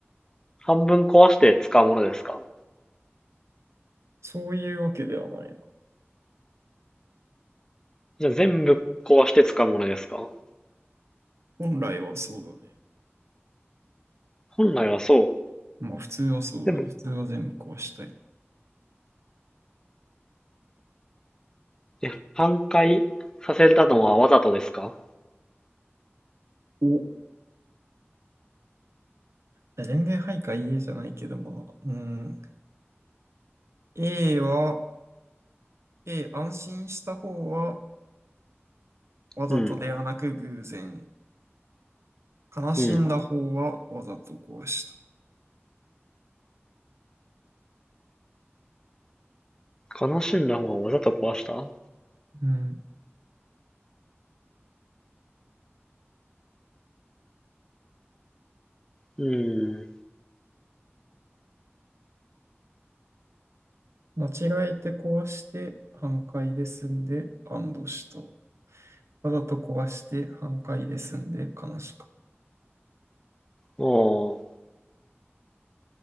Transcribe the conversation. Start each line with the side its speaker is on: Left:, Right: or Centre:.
Left: 半分壊して使うものですか
Right: そういうわけではないな。
Left: じゃあ全部壊して使うものですか
Right: 本来はそうだね。
Left: 本来はそう。
Right: まあ普通はそうだね。
Left: でも、
Right: 普通は全部壊したい。
Left: え、半壊させたのはわざとですか
Right: お恋愛配下 EA じゃないけども、うん。A は、A、安心した方は、わざとではなく偶然。
Left: うん。
Right: 悲しんだ方は、
Left: うん。
Right: わざと壊した。
Left: 悲しんだ方はわざと壊した
Right: うん。
Left: うーん。
Right: 間違えて壊して、反対で済んで、安堵した。わざと壊して、反対で済んで、悲しかっ
Left: ああ、